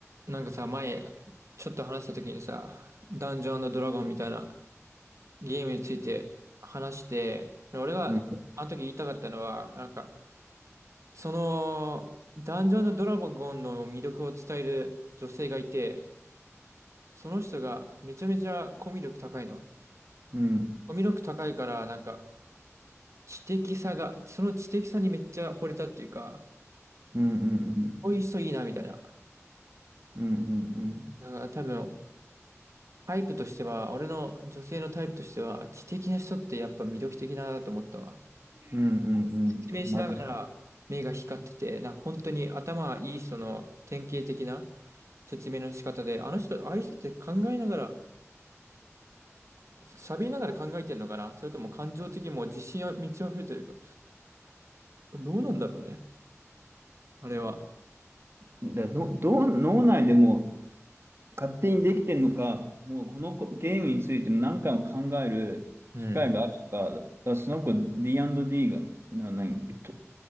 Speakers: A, on the right; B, on the right.
A: なんかさ、前、ちょっと話した時にさ、ダンジョンドラゴンみたいなゲームについて話して、俺があの時言いたかったのは、
B: うん、
A: なんか、その、ダンジョンドラゴンの魅力を伝える女性がいて、その人がめちゃめちゃコミュ力高いの。
B: うん、
A: コミュ力高いから、なんか、知的さが、その知的さにめっちゃ惚れたっていうか、
B: うん、うん、
A: こういう人いいな、みたいな。
B: うん、うん、うん、
A: だから多分、タイプとしては、俺の女性のタイプとしては、知的な人ってやっぱ魅力的だなと思ったわ。
B: うん、うん、うんマジ
A: 説明しながら目が光ってて、なんか本当に頭がいい人の典型的な説明の仕方で、あの人、ああいう人って考えながら、喋りながら考えてんのかなそれとも感情的にもう自信が満ち溢れてるから。どうなんだろうね。あれは。
B: で。の、どう、脳内でも勝手にできてるのか、もうこの子ゲームについても何回も考える機会があるのか、
A: うん。
B: だからその子 D&D が、な、何、と、